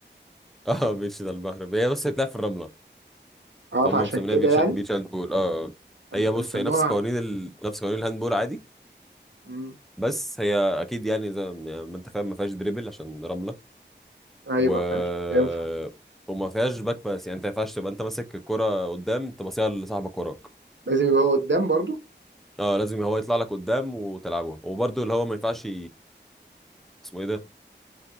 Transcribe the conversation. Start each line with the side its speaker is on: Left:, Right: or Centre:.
Centre: <laughs> اه بيتش ده البحر هي بس بتلعب في الرمله
Right: اه
Centre: فهم
Right: فعشان
Centre: مسمينها
Right: كده
Centre: بيتش
Right: يعني
Centre: بيتش هاند بول اه
Right: لما
Centre: هي
Right: كانوا
Centre: بص
Right: سموها
Centre: هي نفس قوانين ال... نفس قوانين الهاند بول عادي
Right: امم
Centre: بس هي اكيد يعني زي ما يعني ما انت فاهم ما فيهاش دريبل عشان رمله
Right: ايوه
Centre: و
Right: ما فيهاش ينفع
Centre: وما فيهاش باك باس يعني انت ما ينفعش تبقى انت ماسك الكرة قدام تبصيها لصاحبك وراك
Right: لازم يبقى هو قدام برضو
Centre: اه لازم هو يطلع لك قدام وتلعبها وبرضه اللي هو ما ينفعش اسمه ايه ده